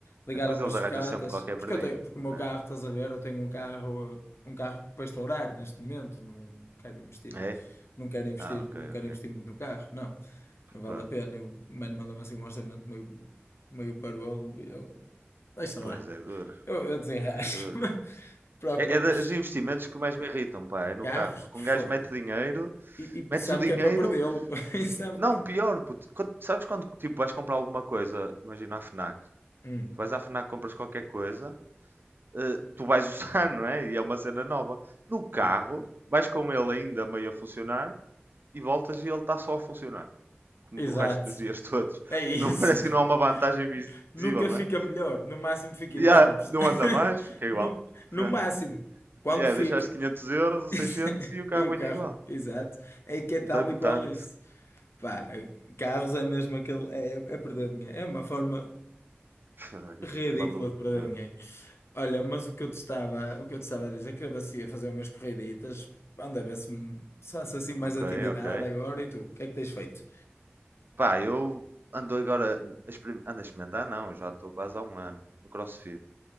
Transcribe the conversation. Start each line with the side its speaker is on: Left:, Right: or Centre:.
Left: Ligar
Right: Depois
Left: a umas
Right: eles arranjam
Left: sucatas,
Right: sempre qualquer
Left: porque
Right: merdinho,
Left: eu tenho, porque o meu
Right: né?
Left: carro, estás a ver, eu tenho um carro, um carro para estourar neste momento, não quero investir,
Right: É?
Left: não quero investir,
Right: Ah, ok,
Left: não quero
Right: ok.
Left: investir muito no carro, não, não vale
Right: Pronto.
Left: a pena. E o mano manda-me assim um orçamento meio, meio parolo e eu, deixa lá,
Right: Pois é duro,
Left: eu, eu desenrasco,
Right: é duro.
Left: <laughs> não te preocupes.
Right: É, é dos investimentos que mais me irritam, pá, é no
Left: Carros?
Right: carro. Porque
Left: Foda-se.
Right: um gajo mete dinheiro,
Left: E,
Right: metes
Left: e sabe
Right: o dinheiro,
Left: que é para perdê-lo. <laughs> E sabe
Right: não,
Left: que.
Right: pior, puto. Quando- sabes quando tipo, vais comprar alguma coisa, imagina a FNAC.
Left: Hum,
Right: Tu vais à FNAC, compras qualquer coisa eh, tu vais <laughs> usar, não é? E é uma cena nova. No carro,
Left: pô,
Right: vais com ele ainda meio a funcionar e voltas e ele está só a funcionar, como
Left: Exato.
Right: do resto dos dias <laughs> todos.
Left: É isso.
Right: Não parece que não há uma
Left: <laughs>
Right: vantagem visível,
Left: Nunca
Right: não
Left: fica
Right: é?
Left: melhor. No máximo fica
Right: Já,
Left: igual. perce-
Right: não
Left: <laughs>
Right: anda mais, fica igual.
Left: No, no
Right: Pronto.
Left: máximo. Quando
Right: Yeah,
Left: fica.
Right: deixaste 500 euros ou
Left: <laughs>
Right: 600 e o carro
Left: E o
Right: vem
Left: carro?
Right: igual.
Left: Exato. É que é
Right: Andei-me
Left: tal e qual
Right: tanto.
Left: isso. Pá, carros é mesmo aquele. É, é perder dinheiro. É uma forma.
Right: <laughs> Eu
Left: Ridícula
Right: fico maluco,
Left: de perder
Right: meu.
Left: dinheiro. Olha, mas o que eu te estava, o que eu te estava a dizer, é que eu ia fazer umas corriditas, anda a ver se, me- se faço assim mais
Right: Ok,
Left: atividade
Right: ok.
Left: agora e tu, o que é que tens feito?
Right: Pá, eu ando agora a experim- ando a experimentar, não, eu já estou quase há um ano no CrossFit.